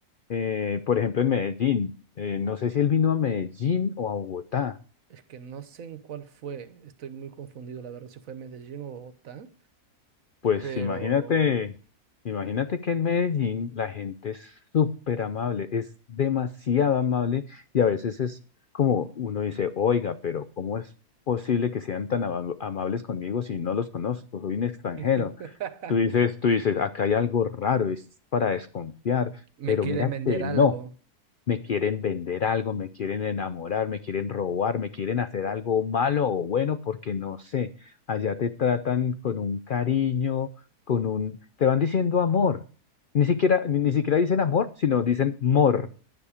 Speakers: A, on the left (about 80°); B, on the right (about 60°).
A: Eh, por ejemplo, en Medellín, eh, no sé si él vino a Medellín o a Bogotá.
B: Es que no sé en cuál fue, estoy muy confundido, la verdad, si fue Medellín o Bogotá,
A: Pues
B: pero...
A: imagínate, imagínate que en Medellín la gente es súper amable, es demasiado amable y a veces es como uno dice, oiga, pero ¿cómo es posible que sean tan ama- amables conmigo si no los conozco? Soy un extranjero.
B: <laughs>
A: Tú dices, tú dices, acá hay algo raro, es para desconfiar,
B: Me
A: pero
B: quieren
A: mira
B: vender
A: que
B: algo.
A: no. me quieren vender algo, me quieren enamorar, me quieren robar, me quieren hacer algo malo o bueno, porque no sé, allá te tratan con un cariño, con un, te van diciendo amor. Ni siquiera, ni siquiera dicen amor, sino dicen mor.